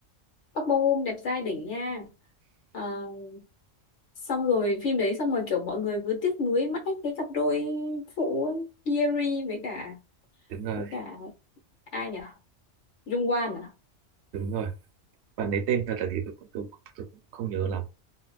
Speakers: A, on the left; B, on the right.
A: Park Bo Gum đẹp trai đỉnh nha Ờ, xong rồi phim đấy xong rồi kiểu mọi người cứ tiếc nuối mãi cái cặp đôi phụ ấy, Yeri với cả
B: đúng rồi
A: với cả ai nhỉ Jung Wan à
B: đúng rồi bạn ấy tên thật là gì tôi cũng tôi, tôi cũng không nhớ lắm